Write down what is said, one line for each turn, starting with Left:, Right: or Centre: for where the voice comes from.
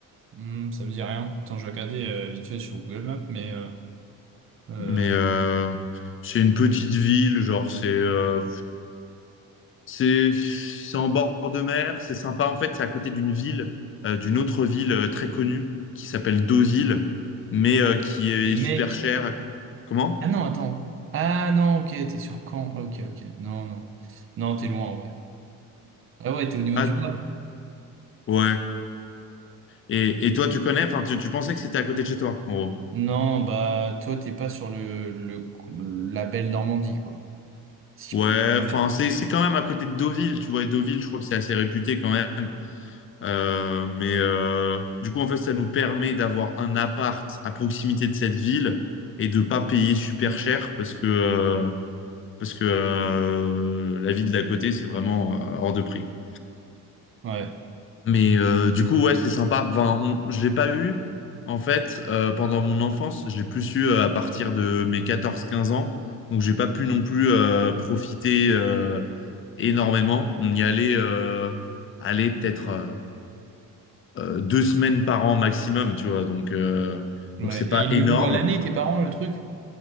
Right: Hmm, ça me dit rien. Attends, je vais regarder euh, vite fait sur Google Maps, mais euh, euh,
Left: Mais euh, c'est une petite ville, genre c'est euh, c'est c'est en bord de mer, c'est sympa. En fait, c'est à côté d'une ville, euh, d'une autre ville euh, très connue qui s'appelle Deauville, mais euh, qui est
Right: les mecs.
Left: super chère. Comment?
Right: Ah non, attends. Ah non, ok, t'es sur Caen. Ah, ok, ok. Non, non. Non, t'es loin, ouais. Ah ouais, t'es au niveau
Left: Ah
Right: du Havre.
Left: ouais. Et, et toi, tu connais? Enfin, tu, tu pensais que c'était à côté de chez toi, en gros.
Right: Non, bah toi, t'es pas sur le, le la belle Normandie, quoi. Si
Left: Ouais.
Right: je peux me permettre.
Left: Enfin, c'est c'est quand même à côté de Deauville, tu vois. Et Deauville, je crois que c'est assez réputé quand même. Euh, mais euh, du coup, en fait, ça nous permet d'avoir un appart à proximité de cette ville et de pas payer super cher parce que euh, parce que euh, la ville d'à côté, c'est vraiment euh, hors de prix, quoi.
Right: Ouais,
Left: Mais euh, du coup, ouais, c'est sympa. Enfin, on- je l'ai pas eu en fait euh, pendant mon enfance. J'ai plus eu euh, à partir de mes quatorze quinze ans, donc j'ai pas pu non plus euh, profiter euh, énormément. On y allait, euh, allait peut-être. euh, euh, deux semaines par an maximum, tu vois. Donc, euh,
Right: ouais.
Left: donc c'est pas
Right: Et le
Left: énorme.
Right: louent à l'année, tes parents, le truc?